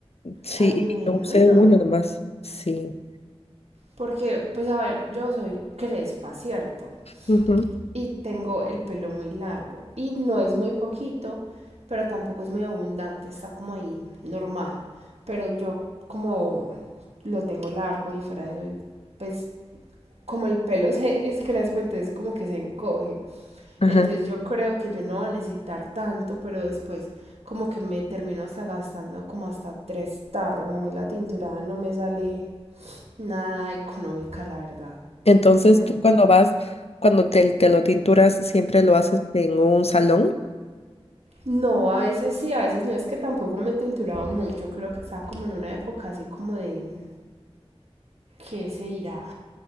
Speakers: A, on the left; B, on the right.
A: Sí,
B: al
A: y
B: menos
A: yo usé una
B: no.
A: nomás. Sí.
B: Porque, pues a ver, yo soy crespa, ¿cierto?
A: Ujú.
B: Y tengo el pelo muy largo. Y no es muy poquito, pero tampoco es muy abundante, está como ahí, normal. Pero yo como lo tengo largo y fuera de eso, pues como el pelo <laughs> se es crespo, entonces como que se encoge.
A: Ajá.
B: Entonces yo creo que yo no voy a necesitar tanto, pero después como que me termino hasta gastando como hasta tres tarros. A mí la tinturada no me sale nada económica, la verdad.
A: Entonces,
B: Pero-
A: tú cuando vas, cuando te, te lo tinturas, siempre lo haces en un salón.
B: No, a veces sí, a veces no es que tampoco me he tinturado mucho. Creo que estaba como en una época así como de, ¿qué se dirá?